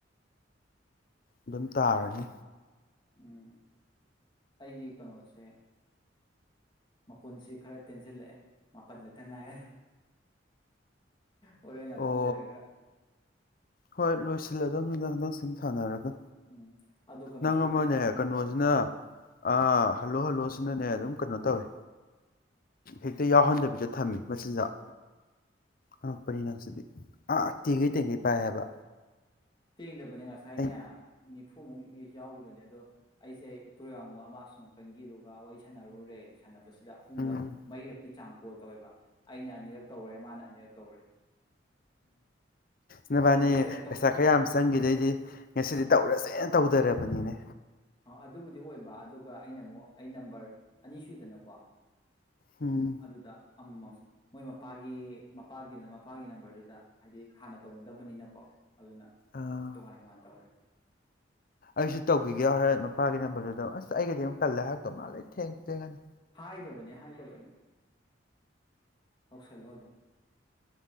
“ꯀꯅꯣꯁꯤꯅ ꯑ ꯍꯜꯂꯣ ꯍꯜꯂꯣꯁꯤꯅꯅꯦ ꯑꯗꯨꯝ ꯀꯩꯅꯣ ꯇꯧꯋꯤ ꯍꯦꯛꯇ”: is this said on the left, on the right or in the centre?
Left